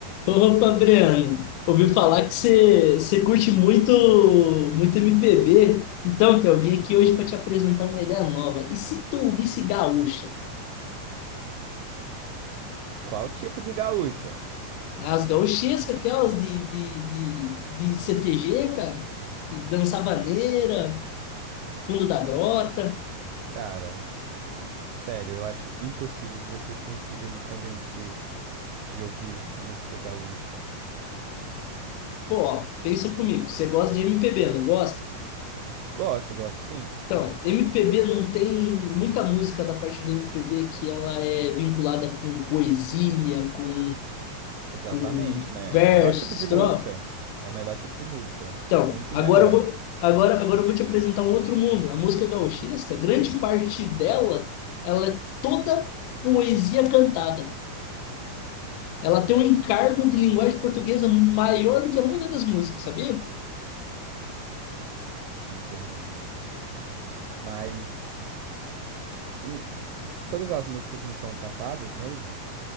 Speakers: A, on the left; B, on the right.
A: Opa, Breno, ouvi falar que você você curte muito muito MPB. Então, que eu vim aqui hoje para te apresentar uma ideia nova. E se tu ouvisse gaúcha?
B: Qual tipo de gaúcha?
A: As gaúchescas, aquelas de, de, de, de CTG, cara, e Dança Vaneira, Fundo da Grota.
B: Cara, sério, eu acho impossível que você consiga me convencer de ouvir música gaúcha.
A: Pô, ó, pensa comigo, você gosta de MPB, não gosta?
B: Gosto, gosto sim.
A: Então, MPB não tem muita música da parte do MPB que ela é vinculada com poesia, com,
B: Exatamente,
A: com
B: né?
A: versos,
B: Melhor tipo de
A: estrofe.
B: música. É o melhor tipo de música.
A: Então,
B: Muito
A: agora
B: melhor.
A: eu vou, agora, agora eu vou te apresentar um outro mundo. A música gauchesca, grande parte dela, ela é toda poesia cantada. Ela tem um encargo de linguagem portuguesa maior do que a maioria das músicas, sabia?
B: Entendi. Mas hum, todas as músicas não são cantadas mesmo?